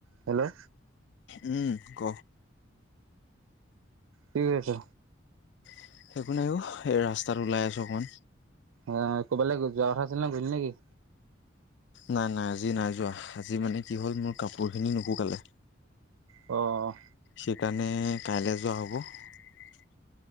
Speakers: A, on the right (about 85°); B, on the left (about 60°).
A: হনে
B: উম, ক?
A: ঠিক আছে।
B: <unintelligible> নাইও, এই ৰাস্তাত ওলাই আছোঁ অকমান।
A: অ', কৰবালে যোৱা কথা আছিল নহয়, গলি নেকি?
B: নাই-নাই আজি নাই যোৱা আজি মানে কি হ'ল মোৰ কাপোৰ খিনি নুশুকালে।
A: অ'।
B: সেইকাৰণে কাইলে যোৱা হ'ব।